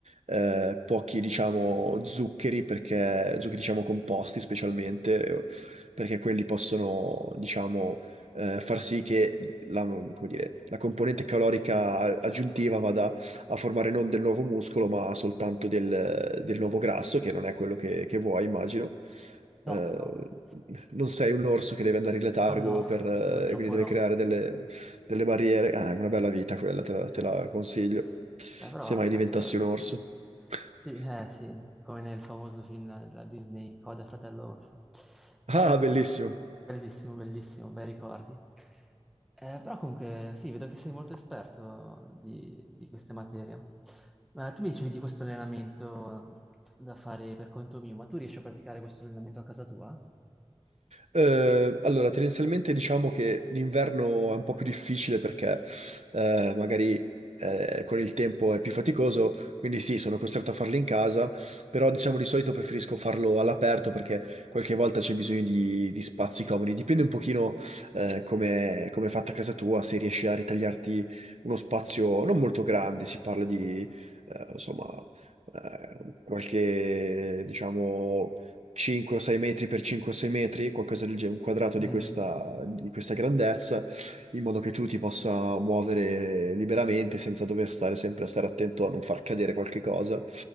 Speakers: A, on the right; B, in the centre.
A: eh, pochi, diciamo, zuccheri, perché zuccheri, diciamo, composti specialmente, perché quelli possono, diciamo, eh, far sì che la, come dire, la componente calorica aggiuntiva vada a formare non del nuovo muscolo, ma soltanto del, del nuovo grasso, che non è quello che, che vuoi, immagino. Eh,
B: No, no,
A: non sei un orso che deve andare in letargo
B: no,
A: per,
B: <laughs>
A: eh,
B: purtroppo
A: quindi deve
B: no.
A: creare delle, delle barriere. Ah, è una bella vita quella, te la, te
B: Eh
A: la
B: sì.
A: consiglio.
B: Beh, però,
A: Se mai
B: cazzo,
A: diventassi un orso.
B: sì.
A: <laughs>
B: Sì, eh sì, come nel famoso film della Disney, Coda Fratello Orso.
A: Ah,
B: Eh,
A: bellissimo.
B: bellissimo, bellissimo, bei ricordi. Eh, però comunque, sì, vedo che sei molto esperto di, di queste materie. Ma tu mi dicevi di questo allenamento eh, da fare per conto mio, ma tu riesci a praticare questo allenamento a casa tua?
A: Eh, allora, tendenzialmente diciamo che l'inverno è un po' più difficile perché eh, magari eh, con il tempo è più faticoso, quindi sì, sono costretto a farlo in casa, però diciamo di solito preferisco farlo all'aperto perché qualche volta c'è bisogno di, di spazi comodi. Dipende un pochino eh, come come è fatta casa tua, se riesci a ritagliarti uno spazio non molto grande, si parla di eh, insomma eh, qualche diciamo 5 o 6 metri per 5 o 6 metri, qualcosa del genere, un quadrato
B: Mm.
A: di questa, di questa grandezza, in modo che tu ti possa muovere liberamente senza dover stare sempre a stare attento a non far cadere qualche cosa.